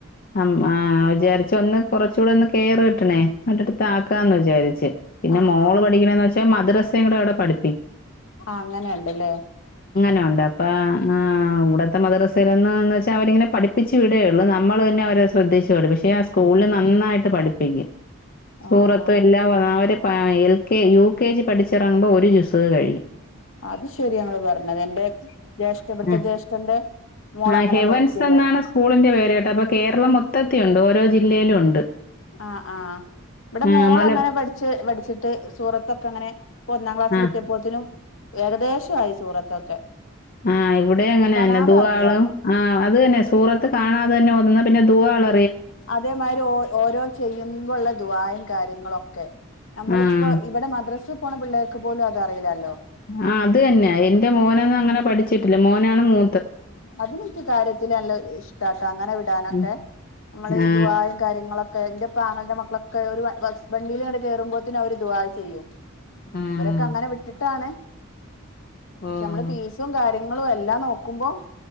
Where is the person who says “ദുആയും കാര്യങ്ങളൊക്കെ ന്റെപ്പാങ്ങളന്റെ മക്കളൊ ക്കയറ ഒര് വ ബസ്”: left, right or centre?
Left